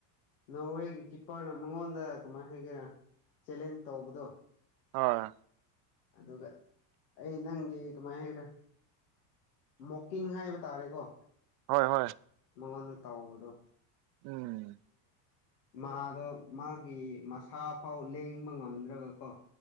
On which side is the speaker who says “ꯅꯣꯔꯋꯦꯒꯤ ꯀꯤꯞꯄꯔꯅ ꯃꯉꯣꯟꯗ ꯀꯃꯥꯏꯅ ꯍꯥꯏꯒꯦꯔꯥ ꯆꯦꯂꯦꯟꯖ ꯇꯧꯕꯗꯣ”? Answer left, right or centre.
Left